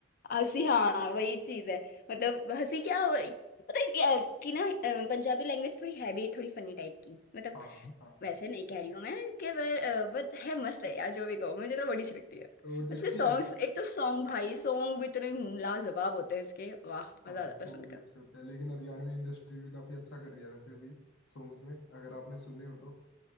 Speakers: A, on the left; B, on the left.
A: हंसी हाँ वही चीज है मतलब हंसी क्या वही- पता है क्या कि ना अ, पंजाबी लैंग्वेज थोड़ी है भी थोड़ी फनी टाइप की मतलब
B: हाँ हाँ
A: वैसे नहीं कह रही हूँ मैं कि वर बट है मस्त है यार जो भी कहो मुझे तो बड़ी अच्छी लगती है
B: तो वो देखिए
A: उसके सॉन्ग्स एक तो सॉन्ग भाई सॉन्ग भी इतने लाजवाब होते हैं इसके वाह
B: हाँ
A: मजा आता
B: सॉन्ग
A: है सुनकर
B: भी अच्छे होते हैं लेकिन हरियाणवी इंडस्ट्री भी काफी अच्छा कर रही है वैसे अभी सॉन्ग्स में अगर आपने सुने हो तो